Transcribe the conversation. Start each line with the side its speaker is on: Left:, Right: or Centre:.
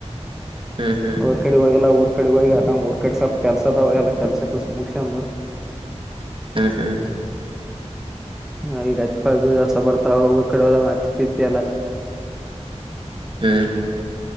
Right: ಹ್ಮ್ ಹ್ಮ್
Centre: ಅವ್ರ ಕಡೆಗಗೆಲ್ಲ ಅವರು ಕಡೆ ಹೋಗಿ ಆರಾಮ್ ಊರ್ ಕಡೆ ಸ್ವಲ್ಪ ಕೆಲ್ಸ ಅದಾವ ಎಲ್ಲ ಕೆಲ್ಸಲ್ಸ ಮುಗಂದ
Right: ಹ್ಮ್ ಹ್ಮ್
Centre: ಹ ಈಗ ಹತ್ತಿಳ ಬಸ ಬರ್ತಾವ ಊರ್ ಕಡೆತ್ತಲ್ಲ
Right: ಹ್ಮ